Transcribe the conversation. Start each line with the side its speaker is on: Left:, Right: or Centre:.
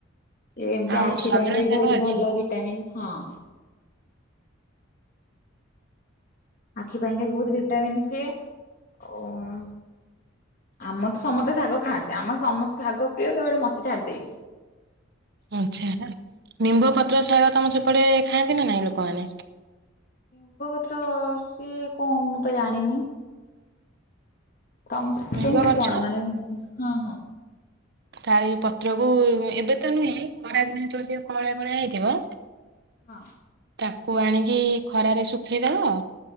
Left: ଏ ଏମିତି
Right: ଆଉ
Left: ଆଖି
Right: ସଜନା
Left: ପାଇଁକା ବି
Right: ଶାଗ
Left: ବହୁତ
Right: ଅଛି।
Left: ଭଲ ଭିଟାମିିନ ହଁ। ଆଖି ପାଇଁକା ବହୁତ ଭିଟାମିନ୍ ସିଏ ଓ ଉଁ ଆମର ତ ସମସ୍ତେ ଶାଗ ଖାଆନ୍ତି ଆମର ସମସ୍ତେ ଶାଗ ପ୍ରିୟ କେବଳ ମତେ ଛାଡି ଦେଇକି।
Right: ଆଚ୍ଛା। ନିମ୍ବ ପତ୍ର ଶାଗ ତମ ସେପଟେ ଖାଆନ୍ତି ନା ନାଇଁ ଲୋକମାନେ?
Left: ନିମ୍ବପତ୍ର ସିଏ କଣ ମୁଁ ତ ଜାଣିନି। ତ
Right: ନିମ୍ବ
Left: କେମତି
Right: ଗଛ
Left: କଣ ମାନେ? ହଁ ହଁ।
Right: ତାର ପତ୍ର କୁ ଏବେ ତ ନୁହେଁ ଖରା ଦିନେ ତ ସିଏ କଁଳିଆ କଁଳିଆ ହେଇଥିବ।
Left: ହଁ।
Right: ତାକୁ ଆଣିକି ଖରାରେ ଶୁଖେଇଦେବ।